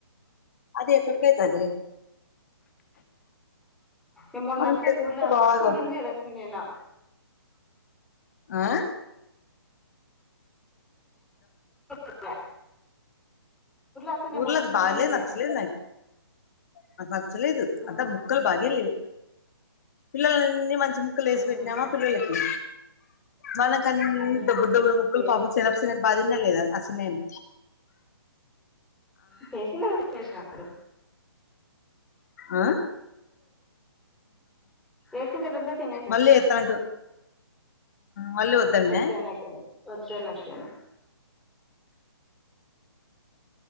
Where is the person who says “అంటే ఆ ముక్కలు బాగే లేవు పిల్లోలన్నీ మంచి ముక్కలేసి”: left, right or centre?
Left